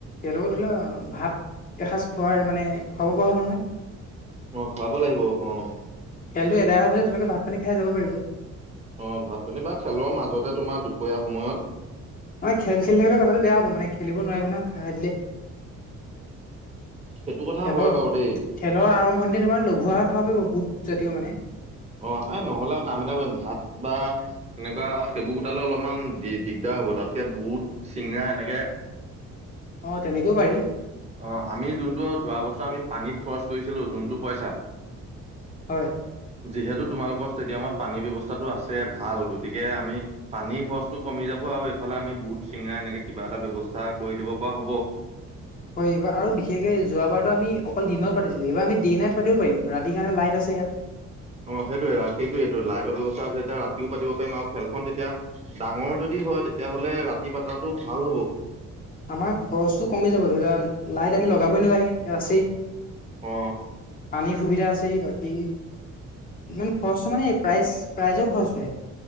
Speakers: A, on the left; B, on the right.
A: তেওঁলোকত ধৰি ল ভাত এসাঁজ খোৱাৰ মানে খুৱাব পৰা হ'ব নহয়
B: অ খুৱাব লাগিব অ
A: খেলটো এদাই হোৱা পাছত তেওঁ লোকে ভাত পানী খাই যাব পাৰিব
B: অ ভাত পানী বা খেলৰ মাজতে তোমাৰ দুপৰীয়া সময়ত
A: মানে খেল খেল থাকিলে কথাটো বেয়া হ'ব মানে খেলিব নোৱাৰিব ন খা দিলে।
B: সেইটো কথা
A: খেলৰ
B: হয় বাৰু দেই
A: খেলৰ আৰম্ভণিতে তোমাৰ লঘু আহা খাব পাৰিব বুট জাতীয় মানে।
B: অ এ নহ'লে কাম এটা কৰিম ভাত বা এনেকুৱা সেইবোৰ গোটালে অলপমান দি দিগদাৰ হ'ব তাতকে বুট চিঙৰা এনেকে
A: অ তেনেকৈ পাৰি।
B: অ আমি যোনটো যোৱা বছৰ আমি পানীত খৰচ কৰিছিলো যোনটো পইচা।
A: হয়।
B: যিহেতু তোমালোকৰ ষ্টেডিয়ামত পানীৰ ব্যৱস্থাতো আছে, ভাল গতিকে আমি পানীৰ খৰচটো কমি যাব আৰু এইফালে আমি বুট চিঙৰা এনেকে কিবা এটা ব্যৱস্থা কৰি দিব পৰা হ'ব।
A: হয় এইবা আৰু বিশেষকে যোৱা বাৰ ত আমি অকল দিনত পাতিছিলো এইবাৰ আমি ডেই নাইট পাতিব পাৰিম, ৰাতি কাৰণে লাইট আছে ইয়াত।
B: অ সেইটোয়ে ৰাকেটোয়ে এইটো লাইটৰ ব্যৱস্থা আছে তেতিয়া ৰাতিও পাব পাৰিম আৰু খেলখন তেতিয়া ডাঙৰ যদি হয় তেতিয়াহ'লে ৰাতি পাতাটো ভাল হব।
A: আমাৰ খৰচটো কমি যাব ধৰি লোৱা লাইট আমি লগাবই নালাগে, এইয়া আছেই।
B: অ।
A: পানীৰ সুবিধা আছেই বাকী ইমান খৰচো মানে প্ৰাইজ প্ৰাইজৰ খৰচোৱে